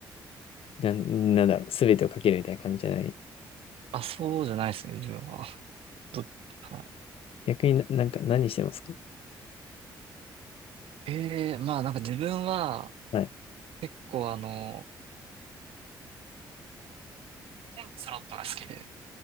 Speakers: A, on the left (about 60°); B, on the right (about 65°).
A: なん、なんだろう、すべてをかけるみたいな感じじゃない。
B: あ、そうじゃないですね、自分は。ど、は
A: 逆にな、なんか何してますか
B: い。ええ、まあなんか自分は、
A: は
B: 結構あの、パチンコスロットが好きで、